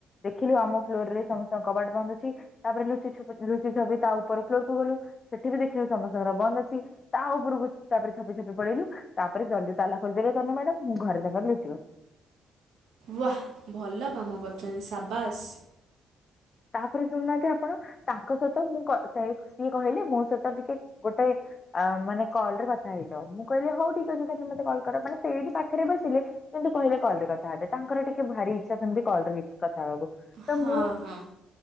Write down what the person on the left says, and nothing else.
ଦେଖିଲୁ ଆମ ଫ୍ଲୋର ରେ ସମସ୍ତଙ୍କ କବାଟ ବନ୍ଦ ଅଛି। ତାପରେ ଲୁଚି ଛପି ଲୁଚି ଛପି ତା ଉପର ଫ୍ଲୋର କୁ ଗଲୁ ସେଠି ବି ଦେଖିଲୁ ସମସ୍ତଙ୍କର ବନ୍ଦ ଅଛି। ତା ଉପରକୁ ତାପରେ ଛପି ଛପି ପଳେଇଲୁ ତାପରେ ଜଲ୍ଦି ତାଲା ଖୋଲିଦେଲେ ତନୁ ମ୍ୟାଡାମ ମୁଁ ଘରେ ତାଙ୍କର ଲୁଚି ଗଲି।
ତାପରେ ଶୁଣୁନାହାନ୍ତି ଆପଣ ତାଙ୍କ ସହିତ ମୁଁ ସିଏ କହିଲେ ମୋ ସହିତ ଟିକେ ଗୋଟେ ଅ ମାନେ କଲରେ କଥା ହେଇଯାଅ ମୁଁ କହିଲି ହଉ ଠିକ୍ ଅଛି ତମେ ମତେ କଲ୍ କର ମାନେ ସେଇଠି ପାଖରେ ବସିଲେ। କିନ୍ତୁ କହିଲେ କଲ ରେ କଥା ହେବେ ତାଙ୍କର ଟିକେ ଭାରି ଇଚ୍ଛା ସେମିତି କଲରେ କଥା ହେବାକୁ ତ
ମୁଁ